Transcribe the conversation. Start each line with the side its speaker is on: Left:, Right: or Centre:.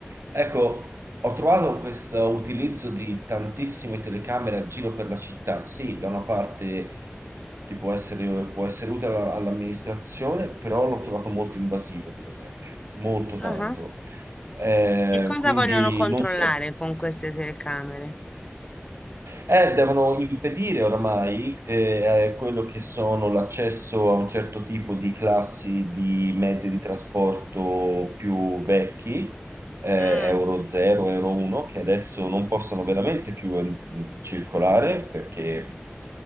Right: Ecco, ho trovato questo utilizzo di tantissime telecamere a giro per la città. Sì, da una parte ti può essere, può essere utile alla- all'amministrazione, però l'ho trovato molto invasivo, per esempio, molto
Left: Ah.
Right: tanto. Eh,
Left: E cosa
Right: quindi
Left: vogliono controllare
Right: non so.
Left: con queste telecamere?
Right: Eh, devono impedire oramai eh, eh, quello che sono l'accesso a un certo tipo di classi di mezzi di trasporto più vecchi, eh,
Left: Mm,
Right: Euro 0, Euro 1, che adesso non possono veramente più eh, circolare perché